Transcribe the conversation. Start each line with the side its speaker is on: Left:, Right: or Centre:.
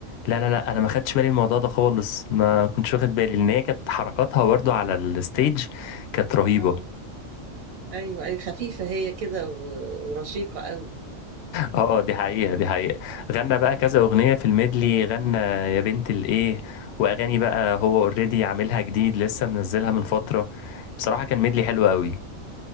Left: لا لا لا انا ما خدتش بالي من الموضوع ده خالص ما كنتش واخد بالي
Right: مم.
Left: لان هي كانت حركاتها برضو على الستيج كانت رهيبة
Right: اه ايوه ايوه خفيفة هي كده و- ورشيقة قوي
Left: اه دي حقيقة دي حقيقة غنى بقى كذا اغنية في الميدلي غنى يا بنت الايه واغاني بقى هو اوريدي عاملها جديد لسه منزلها من فترة بصراحة كان ميدلي حلو قوي